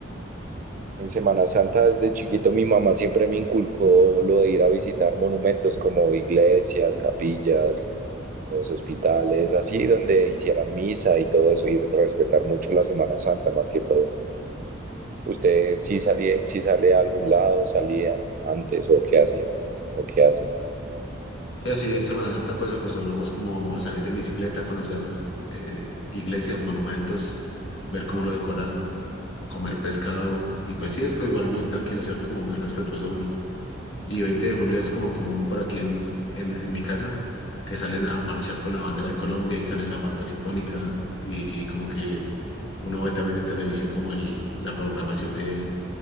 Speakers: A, on the right (about 45°); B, on the left (about 75°).
A: En Semana Santa, desde chiquito, mi mamá siempre me inculcó lo de ir a visitar monumentos como iglesias, capillas, los hospitales, así donde hicieran misa y todo eso, y respetar mucho la Semana Santa más que todo. ¿Usted sí salía, sí sale a algún lado, salían antes o qué hacían o qué hacen?
B: Sí, así en Semana Santa pues acostumbramos como a salir en bicicleta, conocer eh, iglesias, monumentos, ver cómo lo decoraron, comer pescado y pues sí, es que igual muy tranquilo, ¿cierto? Como muy respetuoso uno. Y 20 de julio es como común por aquí en, en, en mi casa, que salen a marchar con la bandera de Colombia y sale la banda sinfónica y como que uno ve también en televisión como el, la programación de,